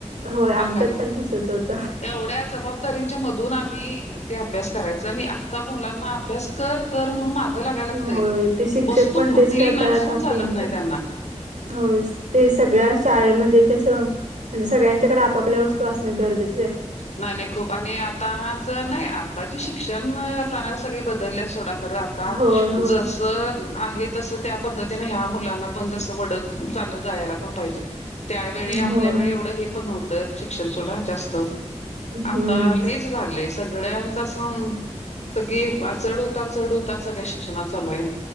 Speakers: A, on the right; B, on the left.
A: होय, आमच्यात
B: पालकांनी
A: पण तसंच होतं.
B: एवढ्या जबाबदारीच्या मधून मी अभ्यास करायच आता मुलांना अभ्यास कर कर माग लागायला लागत
A: होय, ते शिक्षक
B: वस्तू
A: पण
B: कुठली
A: तेच करतात,
B: नसून
A: आपण
B: चालत नाही
A: पण
B: त्यांना.
A: होय ते सगळ्या शाळे म्हणजे तस म्हणजे सगळ्यांच्याकडे आपाप वस्तू असण गरजें
B: नाही नाही खूप आणि आताच नाही आताचे शिक्षण सग बदलल्या सोडा खर आता
A: होय, होय.
B: जस आहे तस त्या पद्धतीने ह्या मुलांना पण तस वडत चाल जायला पण पाहिजे त्यावेळी आपल्या
A: होय,
B: वेळे एवढं हे पण नव्हतं शिक्षण सोडा जास्त
A: हम्म,
B: आता लईच झालेस. सगळ्यांचं सग चढ उतार चढ उतार सगळ्या शिक्षणात चालू आहे